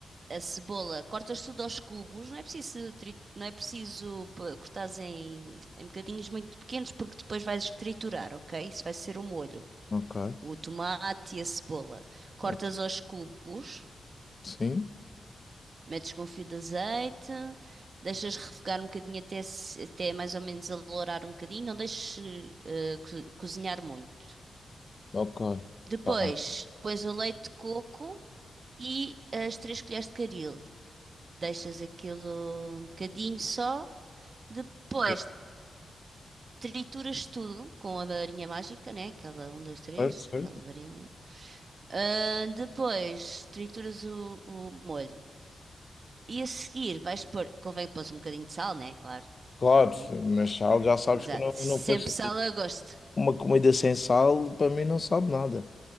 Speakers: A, on the right; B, on the left.
A: a cebola, cortas tudo aos cubos, não é preciso, tri- não é preciso p- cortares em, em bocadinhos muito pequenos porque depois vais triturar, ok? Isso vai ser o molho.
B: Ok,
A: O tomate e a cebola. Cortas
B: ok.
A: aos cubos.
B: Sim,
A: Metes com o fio de azeite, deixas refogar um bocadinho até, se- até mais ou menos alourar um bocadinho, não deixes eh, co- cozinhar muito.
B: ok.
A: Depois
B: Está bem.
A: pões o leite de coco e as três colheres de caril. Deixas aquilo um bocadinho só. Depois
B: Ok,
A: trituras tudo com a varinha mágica, né? Aquela um 2 três,
B: Certo, certo.
A: aquela varinha. Ah, depois trituras o, o molho. E a seguir vais pôr, convém pôr um bocadinho de sal, né? Claro.
B: Claro,
A: né?
B: mas já já sabes
A: Exato.
B: que eu não,
A: Sempre
B: não faço
A: sala a gosto.
B: Uma comida sem sal, para mim, não sabe nada.